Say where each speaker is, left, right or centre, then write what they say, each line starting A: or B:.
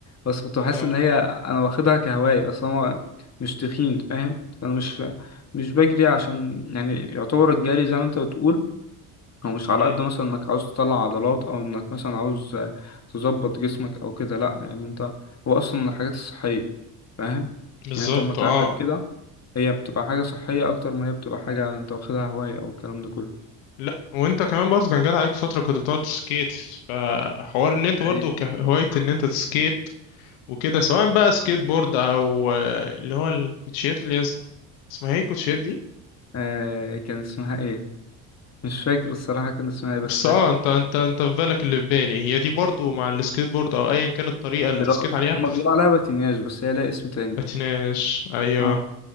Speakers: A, on the left; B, on the left.
A: بس كنت بحس
B: اه
A: ان هي انا واخدها كهوايه اصلا انا مش تخين فاهم فانا مش مش بجري عشان يعني يعتبر الجري زي ما انت بتقول هو مش على
B: امم
A: قد مثلا انك عاوز تطلع عضلات او انك مثلا عاوز آه، تظبط جسمك او كده لا يعني انت هو اصلا من الحاجات الصحية فاهم
B: بالظبط
A: يعني انت لما تعمل
B: اه
A: كده هي بتبقى حاجة صحية اكتر ما هي بتبقى حاجة انت واخدها هواية او الكلام ده كله
B: لا وانت كمان برضو كان جات عليك فترة كنت بتقعد تسكيت فحوار ان انت برضو
A: ايوه
B: كهواية ان انت تسكيت وكده سواء بقى سكيت بورد او آه، اللي هو الكوتشيات اللي هي اس- اسمها ايه الكوتشيات دي
A: آه كان اسمها ايه مش فاكر الصراحة كان اسمها ايه
B: بس
A: بس آه،
B: اه انت انت انت في بالك اللي في بالي هي دي برضو مع السكيت بورد او ايا كانت الطريقة اللي
A: لا
B: تسكيت عليها
A: هما بيقولوا عليها باتيناج بس هي لها اسم تاني
B: بتناش ايوه
A: اه